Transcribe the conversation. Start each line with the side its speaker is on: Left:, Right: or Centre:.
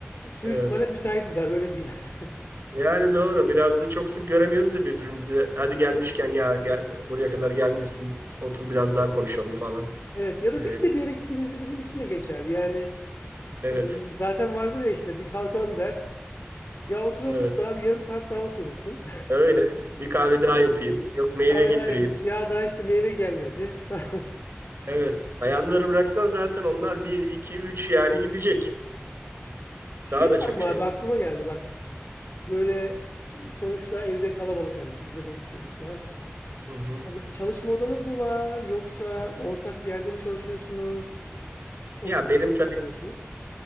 Left: suistimale
Right: Evet.
Left: müsaitiz abi öyle diyeyim. <laughs>
Right: Yani doğru. Biraz da çok sık göremiyoruz ya birbirimizi. Hadi gelmişken ya gel, buraya kadar gelmişsin. Otur biraz daha konuşalım falan.
Left: Evet ya da
Right: Ee,
Left: biz de bir yere gittiğimizde bizim için de geçerli. Yani
Right: evet.
Left: e, zaten vardır ya işte bir kalkalım der. Ya otur
Right: Evet.
Left: otur daha bir yarım saat daha oturursun.
Right: Öyle. Bir kahve daha yapayım. Yok meyve
Left: Kahve
Right: getireyim.
Left: daha yapayım. İşte Ya daha işte meyve gelmedi <laughs> falan.
Right: Evet. Bayanları bıraksan zaten onlar bir 2 üç yani gidecek.
Left: Şey
Right: Daha
Left: var
Right: da çok
Left: mı
Right: şeyler.
Left: abi aklıma geldi bak. Böyle sonuçta evde kalabalık hani sizde de üç çocuk var.
Right: Hı hı.
Left: Hani böyle çalışma odanız mı var yoksa ortak bir yerde mi çalışıyorsunuz? O
Right: Ya
Left: düzeni
Right: benim tabii
Left: sağlıyorsunuz.